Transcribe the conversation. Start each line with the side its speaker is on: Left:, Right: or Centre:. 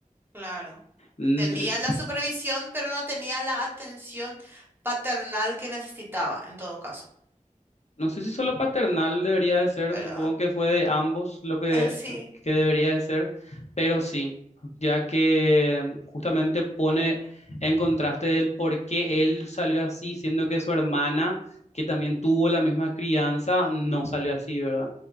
Right: Claro.
Left: mm,
Right: Tenía la supervisión, pero no tenía la atención paternal que necesitaba, en todo caso.
Left: No sé si solo paternal debería de ser,
Right: Pero
Left: supongo que fue de ambos lo que,
Right: eh, sí.
Left: que debería de ser, pero sí, ya que mm, justamente pone en contraste el por qué él salió así, siendo que su hermana, que también tuvo la misma crianza, no salió así, ¿verdad?